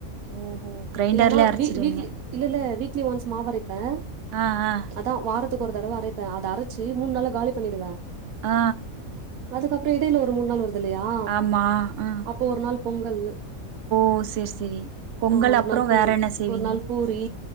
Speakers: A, on the right; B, on the right.
A: ஓஹோ கிரைண்டர்லே
B: இல்லனா
A: அரச்சிருவீங்க
B: வீ வீக்லி இல்ல இல்ல வீக்லி ஒன்ஸ் மாவரைப்பே
A: ஆ ஆ
B: அதா வாரத்துக்கு ஒரு தடவ அரைப்பே அத அரச்சு மூண் நாள்ள காலி பண்ணிடுவே
A: ஆ
B: அதுக்கப்றோ எடையில ஒரு மூண் நாள் வருதுல்லையா
A: ஆமா ஆ
B: அப்போ ஒரு நாள் பொங்கல்
A: ஓ செரி செரி பொங்கல்
B: ஆ ஒரு
A: அப்றோ
B: நாள் பூரி
A: வேற என்ன செய்வீங்க
B: ஒரு நாள் பூரி